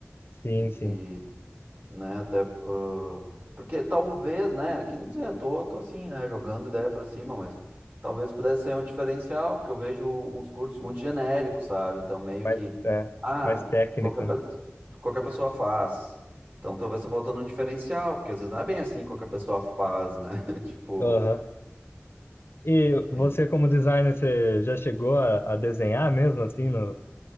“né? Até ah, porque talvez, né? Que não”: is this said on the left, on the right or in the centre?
Right